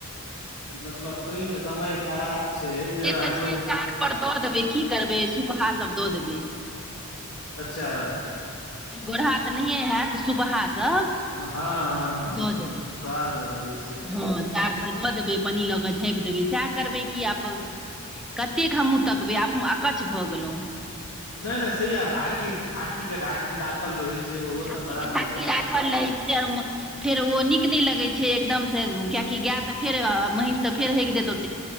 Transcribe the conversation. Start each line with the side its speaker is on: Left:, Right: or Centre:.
Left: मतलब पाइन समय खराब छै जे
Centre: से
Left: अहाँके
Centre: तऽ छै तार पर दऽ देबै की करबै सुपहा सब दऽ देबै
Left: अच्छा
Centre: गोरहा तऽ नहिए होयत सुपहा सब
Left: हँ हँ हँ
Centre: दऽ देबै
Left: वहै द देवय
Centre: हँ चाड़ पर दऽ देबै पन्नी लऽ कऽ झाँपि देबै सएह करबै की आब कतेक हमहूँ तकबै आब हम अकचछ भऽ गेलहुँ हेँ
Left: नहि नहि सही यै ढाकी ढाकी के ढाकी राखल रहै छै ओहो
Centre: ढाँकी
Left: तऽ बड़ा
Centre: के ढाँकी
Left: दिक्कत
Centre: राखल
Left: छै
Centre: है फेर ओ नीक नहि लगै छै एकदम से कियैकि गाय तऽ फेर महीष ऽ फेर हेइग दैतौ